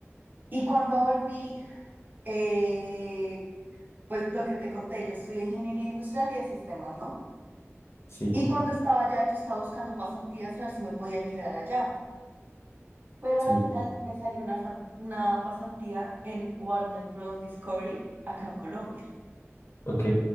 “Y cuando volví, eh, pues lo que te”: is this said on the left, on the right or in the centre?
Right